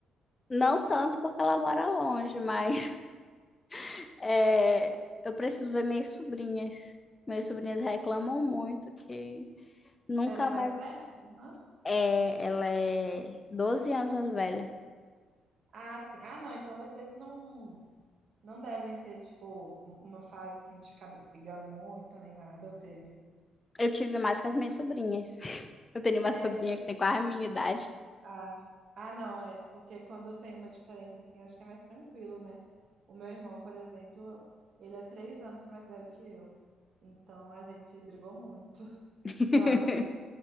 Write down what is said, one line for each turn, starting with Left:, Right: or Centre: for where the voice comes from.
Left: não tanto porque ela mora longe, mas <laughs> é, eu preciso ver minhas sobrinhas. Minhas sobrinhas reclamam muito que nunca
Right: Ela é mais
Left: mais.
Right: velha, sua irmã?
Left: É, ela é 12 anos mais velha.
Right: Ah, sim. Ah, não, então vocês não, não devem ter, tipo, um- uma fase, assim, de ficar brigando muito, nem nada, ou teve?
Left: Eu tive mais com as minhas sobrinhas. <laughs> Eu tenho uma
Right: É,
Left: sobrinha
Right: porque...
Left: que tem quase a minha idade.
Right: Ah, ah, não, é. Porque quando tem uma diferença, assim, acho que é mais tranquilo, né? O meu irmão, por exemplo, ele é três anos mais velho que eu. Então, a gente brigou muito.
Left: <laughs>
Right: Eu acho que